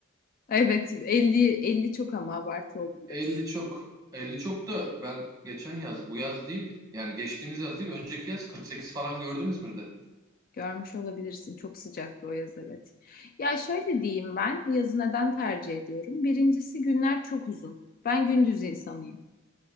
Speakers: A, on the left (about 45°); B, on the right (about 20°).
A: Evet. 50, 50 çok ama abartı oldu biraz.
B: 50 çok. 50 çok da ben geçen yaz bu yaz değil yani geçtiğimiz yaz değil önceki yaz 48 falan gördüm İzmir'de.
A: Görmüş olabilirsin. Çok sıcaktı o yaz evet. Ya şöyle diyeyim ben yazı neden tercih ediyorum? Birincisi günler çok uzun. Ben gündüz insanıyım.